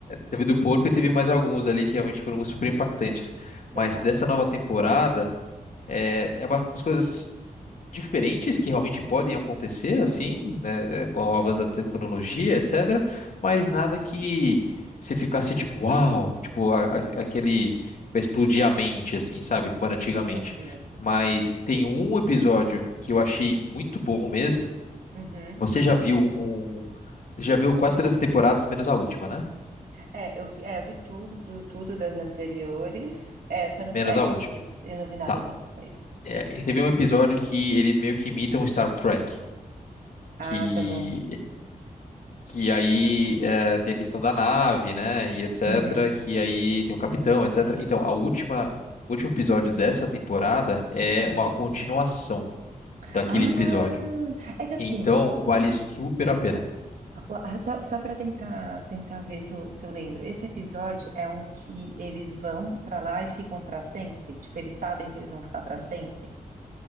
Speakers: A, on the left; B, on the right.
A: teve do porco e teve mais alguns ali que realmente foram super impactantes.
B: Total.
A: Mas dessa nova temporada é, é umas coisas diferentes que realmente podem acontecer, assim, né, é, com o avanço da tecnologia, etc. Mas nada que você ficasse tipo, uau, tipo a- a- aquele que vai explodir a mente, assim, sabe, como era antigamente.
B: Entendi.
A: Mas tem um episódio que eu achei muito bom mesmo
B: Uhum.
A: Você já viu um. Já viu quase todas as temporadas, menos a última, né?
B: É, eu vi, é, eu vi tudo, tudo, tudo das anteriores. É, eu só não
A: Menos
B: vi. É,
A: a última.
B: é, é, eu não vi nada
A: Tá.
B: da última, é isso.
A: É, e teve um episódio que eles meio que imitam Star Trek.
B: Ah,
A: Que,
B: tá bom.
A: que aí é, tem a questão da nave, né? E etc.
B: Uhum.
A: Que aí tem o capitão, etc. Então, a última, o último episódio dessa temporada é uma
B: Uhum.
A: continuação
B: Ah,
A: daquele episódio.
B: é que assim,
A: Então,
B: o
A: vale super a pena.
B: Ah, Só, só para tentar tentar ver se eu, se eu lembro. Esse episódio é um que eles vão para lá e ficam para sempre? Tipo, eles sabem que eles vão ficar para sempre?